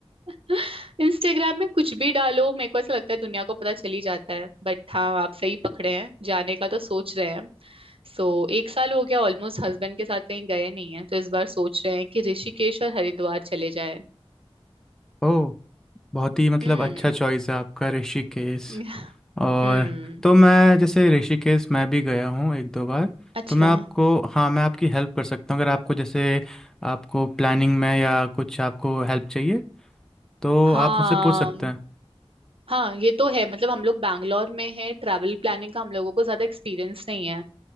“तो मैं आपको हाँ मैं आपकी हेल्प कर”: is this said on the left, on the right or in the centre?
Centre